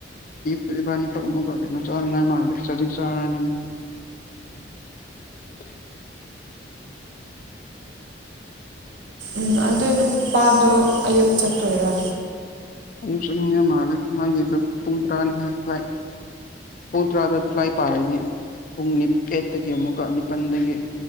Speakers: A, on the left; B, on the right.
A: ꯄꯕꯥꯅꯤ ꯐ ꯆꯖꯤ ꯆ <inaudible>
B: ꯎꯝ ꯑꯗꯨ ꯅꯨꯄꯥꯗꯣ ꯑꯌꯨꯛ ꯆꯠꯇꯣꯏꯔꯥ
A: ꯃꯤ ꯃꯥꯒꯤ ꯑꯗꯨ ꯇꯨꯡꯗ꯭ꯔꯥꯅꯤ ꯍꯥꯏꯥꯏ ꯄꯨꯡ ꯇꯔꯥꯗ ꯐ꯭ꯂꯥꯏ ꯄꯥꯏꯔꯗꯤ ꯄꯨꯡ ꯑꯩꯠꯇꯒꯤ ꯑꯃꯨꯛꯀ ꯅꯤꯄꯜꯗꯒꯤ